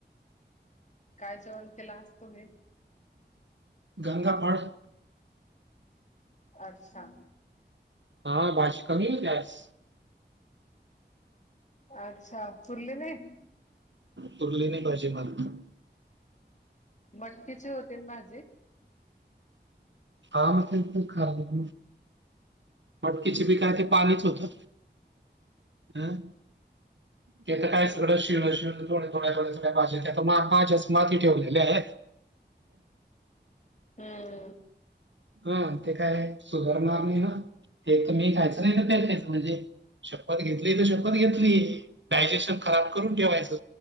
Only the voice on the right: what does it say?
गंगापाड <unintelligible>
हा भाजी कमी होती आजची.
पुरली नाही भाजी मला.
हा <unintelligible> खा मग मटकीचे बी काय ते पाणीच होतं. हम्म ते तर काय
सगळं शिळं
शिळं <unintelligible> पा त्या भाज्या पाचच माती ठेवलेली आहेत.
हा ते काय सुधरणार नाही ना, ते तर मी खायचं नाही ना परच म्हणजे, शपथ घेतली तर शपथ घेतली डायजेशन खराब करून ठेवायचं